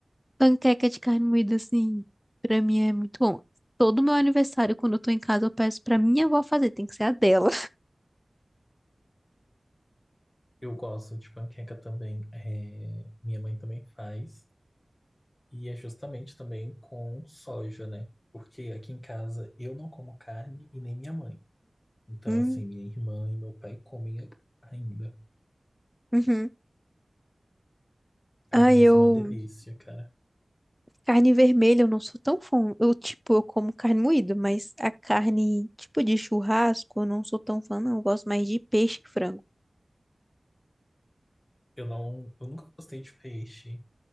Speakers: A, in the centre; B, on the left.
A: Panqueca de carne moída, assim, pra mim é muito bom. Todo meu aniversário, quando eu tô em casa, eu peço pra minha avó fazer. Tem que ser a dela.
B: eu gosto de panqueca também. é, minha mãe também faz. E é justamente também com soja, né? Porque aqui em casa eu não como carne e nem minha mãe. Então,
A: Uhum.
B: assim, minha irmã e meu pai comem a- ainda.
A: Uhum.
B: Ai,
A: Ah,
B: mas
A: eu.
B: é uma delícia, cara.
A: Carne vermelha, eu não sou tão fã. Eu, tipo, eu como carne moída, mas a carne, tipo, de churrasco, eu não sou tão fã, não. Eu gosto mais de peixe e frango.
B: Eu não, eu nunca gostei de peixe.